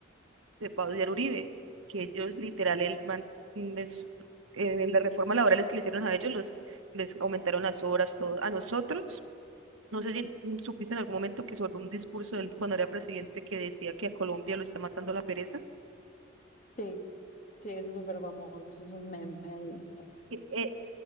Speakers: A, on the right; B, on the left.
A: de Claudia Uribe, que ellos literal el man- les- en la reforma laboral que le hicieron a ellos los les aumentaron las horas todo a nosotros. No sé si supiste en algún momento que sobre un discurso de él cuando era presidente que decía que a Colombia lo está matando la pereza.
B: Sí, sí, eso es súper famoso, eso es un meme ahí.
A: E- e-